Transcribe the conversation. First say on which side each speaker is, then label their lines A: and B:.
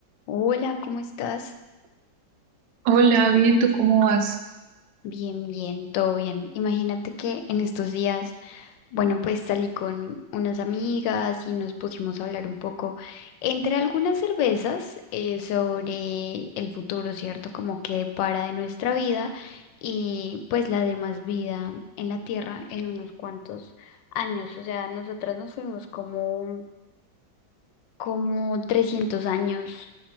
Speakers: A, on the left; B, on the right.
A: Hola, ¿cómo estás?
B: Hola, bien, ¿tú cómo vas?
A: Bien, bien, todo bien. Imagínate que en estos días, bueno, pues salí con unas amigas y nos pusimos a hablar un poco entre algunas cervezas eh, sobre el futuro, ¿cierto? Como que depara de nuestra vida y pues la demás vida en la Tierra en unos cuantos años. O sea, nosotras nos fuimos como, como 300 años